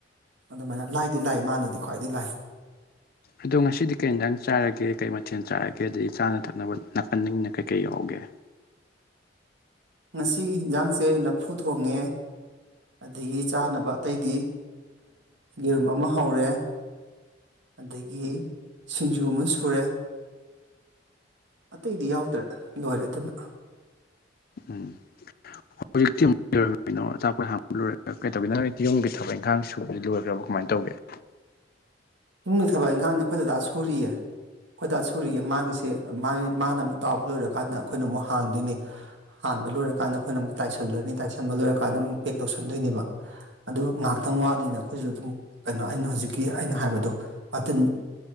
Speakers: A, on the right; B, on the left.
A: ꯑꯗꯨꯃꯥꯏꯅ ꯂꯥꯏꯗꯤ ꯂꯥꯏ ꯃꯥꯅꯗꯤ ꯈ꯭ꯋꯥꯏꯗꯒꯤ ꯂꯥꯏ
B: ꯑꯗꯣ ꯉꯁꯤꯗꯤ ꯀꯩ ꯏꯟꯁꯪ ꯆꯥꯔꯒꯦ ꯀꯩ ꯃꯊꯦꯜ ꯆꯥꯔꯒꯦ ꯑꯗꯒꯤ ꯆꯥꯅ ꯊꯛꯅꯕ ꯅꯥꯀꯟꯅꯤꯡꯅ ꯀꯩ ꯀꯩ ꯌꯥꯎꯒꯦ ꯒꯦ
A: ꯉꯁꯤꯒꯤ ꯌꯦꯟꯁꯥꯡꯁꯦ ꯂꯐꯨ ꯊꯣꯡꯉꯦ ꯑꯗꯒꯤ ꯆꯥꯅꯕ ꯑꯇꯩꯗꯤ ꯌꯦꯔꯨꯝ ꯑꯃ ꯍꯧꯔꯦ ꯑꯗꯒꯤ ꯁꯤꯡꯖꯨ ꯑꯃ ꯁꯨꯔꯦ ꯑꯇꯩꯗꯤ ꯌꯥꯎꯗ꯭ꯔꯦ ꯂꯣꯏꯔꯦ ꯑꯗꯨꯅ
B: ꯎꯝ ꯍꯧꯖꯤꯛꯇꯤ ꯀꯩꯅꯣ ꯑꯆꯥꯄꯠ ꯍꯟꯕ ꯂꯣꯏ ꯀꯩ ꯗꯧꯔꯤꯅꯣ ꯌꯨꯝꯒꯤ ꯊꯕꯛ ꯏꯪꯈꯥꯡ ꯁꯨꯕꯁꯤꯗꯤ ꯂꯣꯏꯈ꯭ꯔꯕꯣ ꯀꯃꯥꯏꯅ ꯇꯧꯒꯦ <inaudible>
A: ꯏꯃꯨꯡꯒꯤ ꯊꯕꯛ ꯏꯪꯈꯥꯡꯗꯤ ꯑꯩꯈꯣꯏꯗꯗꯥ ꯁꯨꯔꯤꯌꯦ ꯑꯩꯈꯣꯏꯗꯥ ꯁꯨꯔꯤꯌꯦ ꯃꯥꯒꯤꯁꯦ ꯃꯥꯒꯤ ꯃꯥꯅ ꯑꯃꯨꯛ ꯇꯥꯎꯕ ꯂꯣꯏꯔꯀꯥꯟꯗ ꯑꯩꯈꯣꯏꯅ ꯑꯃꯨꯛ ꯍꯥꯟꯗꯣꯏꯅꯦ ꯍꯥꯟꯕ ꯂꯣꯏꯔꯀꯥꯟꯗ ꯑꯩꯈꯣꯏꯅ ꯑꯃꯨꯛ ꯇꯥꯏꯁꯤꯟꯗꯣꯏꯅꯤ ꯇꯥꯏꯁꯟꯕ ꯂꯣꯏꯔꯀꯥꯟꯗ ꯑꯃꯨꯛ ꯄꯦꯛ ꯇꯧꯁꯟꯗꯣꯏꯅꯦꯕ ꯑꯗꯨ ꯉꯥꯏꯍꯥꯛꯇ ꯋꯠꯂꯤꯅ ꯑꯩꯈꯣꯏꯁꯨ ꯑꯗꯨꯝ ꯀꯩꯅꯣ ꯑꯩꯅ ꯍꯧꯖꯤꯛꯀꯤ ꯑꯩꯅ ꯍꯥꯏꯕꯗꯣ ꯋꯇꯤꯟ